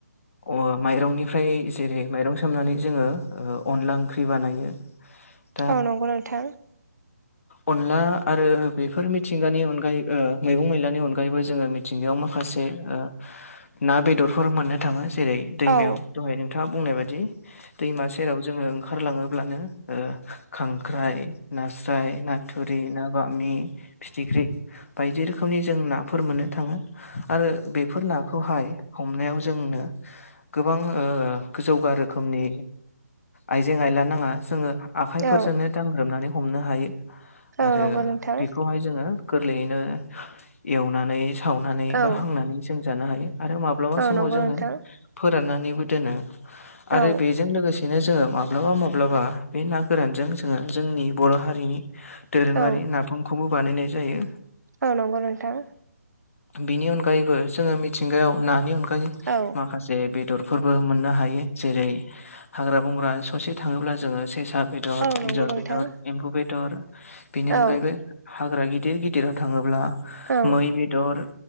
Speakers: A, on the left (about 50°); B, on the right (about 75°).
A: अ माइरंनिफ्राय जेरै माइरं सोमनानै जोङो ओ अनला ओंख्रि बानायो। <unintelligible>
B: औ नंगौ नोंथां।
A: अनला आरो बेफोर मिथिंगानि अनगायै ओ मैगं मैलानि अनगायैबो जोङो मि थिंगायाव माखासे ओ ना बेदरफोर मोननो थाङो जेरै दैमायाव
B: औ औ नोंथां औ
A: दहाय नोंथाङा बुंनाय बादि। दैमा सेराव जोङो ओंखारलाङोब्लानो ओ खांख्राइ नास्राय ना थुरि ना बामि फिथिख्रि बायदि रोखोमनि जों नाफोर मोननो थाङो आरो बेफोर नाखौ खौहाय हमनायाव जोंनो गोबां ओ गोजौगा रोखोमनि आइजें आयला नाङा जोङो आखाइफोरजोंनो
B: औ
A: दांग्रोमनानै हमनो हायो।
B: औ
A: आरो
B: नंगौ नोंथां
A: बेखौहाय जोङो गोरलैयैनो एवनानै सावनानै बा
B: औ
A: हांनानै जों जानो हायो आरो माब्लाबा
B: औ
A: समाव
B: नंगौ
A: जोङो
B: नोंथां
A: फोराननानैबो दोनो आरो
B: औ
A: बेजों लोगोसे सेनो जोङो माब्लाबा माब्लाबा बे ना गोरानजों जोङो जोंनि बर' हारिनि दोरोङारि
B: औ
A: नाफामखौबो बानायनाय जायो।
B: औ नंगौ नोंथां।
A: बिनि अनगायैबो जोङो मिथिंगायाव नानि अनगायै
B: औ
A: माखासे बेदरफोरबो मोननो हायो जेरै हाग्रा बंग्रा ससे थाङोब्ला जोङो सेसा बेदर,
B: औ नंगौ
A: एन्जर
B: नोंथां
A: बेदर, एम्बु बेदर बेनि
B: औ
A: अनगायैबो हाग्रा गिदिर गिदिराव थाङोब्ला
B: औ
A: मै बेदर